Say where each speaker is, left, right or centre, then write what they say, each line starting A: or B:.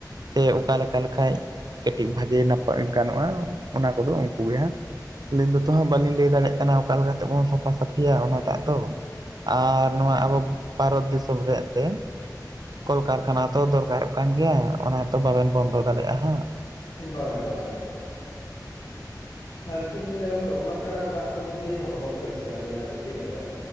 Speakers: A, on the right (about 65°); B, on the left (about 65°).
A: ᱥᱮ ᱚᱠᱟ ᱞᱮᱠᱟ ᱞᱮᱠᱷᱟᱡ ᱠᱟᱹᱴᱤᱡ ᱵᱷᱟᱜᱮ ᱱᱟᱯᱟᱭ ᱜᱟᱱᱚᱜᱼᱟ ᱚᱱᱟ ᱠᱚᱫᱚ ᱩᱱᱠᱩ ᱜᱮ ᱦᱟᱸᱜ ᱟᱹᱞᱤᱧ ᱫᱚ ᱦᱟᱸᱜ ᱵᱟᱹᱞᱤᱧ ᱞᱟᱹᱭ ᱫᱟᱲᱮᱭᱟᱜ ᱠᱟᱱᱟ ᱚᱠᱟ ᱞᱮᱠᱟ ᱞᱮᱠᱟᱛᱮ ᱵᱚᱱ ᱥᱟᱼᱼ ᱼᱼᱯᱷᱟ ᱥᱟᱹᱯᱷᱤᱭᱟ ᱚᱱᱟ ᱫᱟᱜ ᱫᱚ ᱟᱨ ᱱᱚᱣᱟ ᱟᱵᱚ ᱵᱷᱟᱨᱚᱛ ᱫᱤᱥᱚᱢ ᱨᱮ ᱮᱱᱛᱮ ᱠᱚᱞ ᱠᱟᱨᱠᱷᱟᱱᱟ ᱛᱚ ᱫᱚᱨᱠᱟᱨᱚᱜ ᱠᱟᱱ ᱜᱮᱭᱟ ᱚᱱᱟ ᱛᱚ ᱵᱟᱵᱮᱱ ᱵᱚᱱᱫᱚ ᱫᱟᱲᱮᱭᱟᱜᱼᱟ ᱦᱟᱸᱜ
B: ᱵᱟᱝᱟ ᱵᱟᱝᱟ ᱟᱨ ᱪᱮᱫ ᱵᱤᱱ ᱞᱟᱹᱭᱟ ᱜᱚᱝᱠᱮ ᱚᱱᱠᱟᱱᱟᱜ ᱫᱟᱜ ᱠᱚ ᱡᱩᱫᱤ ᱦᱚᱲᱢᱚ ᱠᱚᱨᱮ ᱥᱮᱱ ᱟᱹᱵᱤᱱᱟ ᱥᱮ ᱪᱮᱫ ᱞᱮᱠᱟ